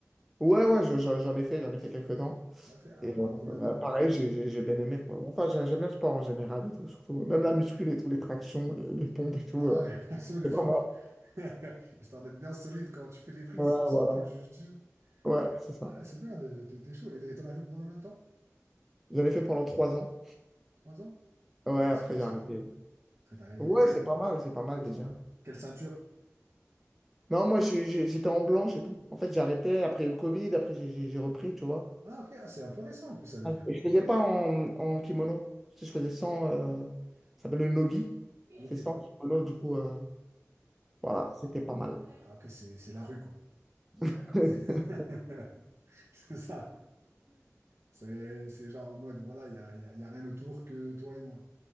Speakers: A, in the centre; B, on the right (about 65°).
A: Ouais, ouais, je- je- j'en ai fait, j'en ai fait quelques temps.
B: On a fait, ah
A: Et
B: ouais,
A: euh,
B: pendant combien
A: bah,
B: de temps?
A: pareil, j'ai j'ai- j'ai bien aimé, quoi. Enfin, j'ai- j'aime bien le sport en général et tout, surtout. Même la muscule et tout, les tractions, les, les pompes et tout.
B: Ah,
A: euh,
B: <laughs> l'action de
A: c'est
B: pompe.
A: pas mal.
B: <laughs> Histoire d'être bien solide quand tu fais les prises
A: Ouais,
B: sur-
A: voilà.
B: dans le jiu-jitsu.
A: Ouais, c'est ça.
B: Ah, ouais, c'est bien, t'es t'es chaud. Et et t'en as fait pendant combien de temps?
A: J'en ai fait pendant trois ans.
B: Trois ans?
A: Ouais, après
B: Ah, ça,
A: j'ai
B: ça
A: arrêté.
B: parle. Après, t'as arrêté.
A: Ouais, c'est pas mal, c'est pas mal
B: C'est
A: déjà.
B: pas mal. Quelle ceinture?
A: Non, moi j'ai- j'ai- j'étais en blanche et tout. En fait, j'ai arrêté après le Covid, après j'ai j'ai- j'ai repris, tu vois.
B: Ah, ok, ah, c'est un peu récent en plus, ça veut dire.
A: Et je faisais pas en, en kimono. Je faisais sans, euh, ça s'appelle le nogi. C'est
B: Ok.
A: sans kimono, du coup, euh, voilà, c'était pas mal.
B: Ah, ok, c'est c'est la rue, quoi.
A: <laughs>
B: <laughs> C'est ça. C'est c'est genre en mode, voilà, il n'y a, y a- y a rien autour que toi et moi.